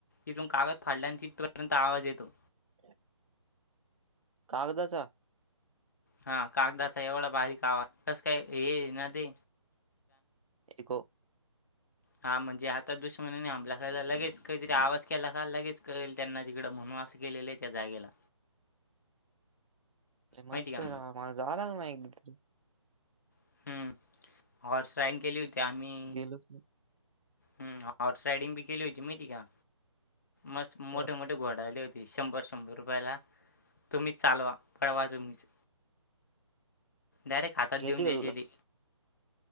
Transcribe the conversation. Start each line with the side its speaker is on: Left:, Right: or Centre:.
Left: इथून कागद फाडला ना, तिथपर्यंत आवाज येतो.
Right: <inaudible> कागदाचा?
Left: हा कागदाचा एवढा बारीक आवाज. कस काय? हे ना ते.
Right: एचीको.
Left: हा म्हणजे आता दुश्मनाणे हमला केला. लगेच काहीतरी आवाज केला का लगेच काळेल त्यांना तिकड. म्हणुन असे केलेलय. त्या जागेला.
Right: ये मस्तय
Left: माहिती का
Right: राव. मला जावा लागेल म एकदा तरी.
Left: हम्म हॉर्स राइड केली होती आम्ही
Right: लस में <unintelligible>
Left: हम्म हॉर्स राइडिंग बी केली होती माहिती का? मस्त मोठे
Right: हं.
Left: मोठे घोडे आले होते. शंभर शंभर रुपयाला, तुम्हीच चालवा. पळवा तुम्हीच. डायरेक्ट हातात
Right: येते
Left: देऊन
Right: का
Left: द्यायचे
Right: तुला?
Left: ते.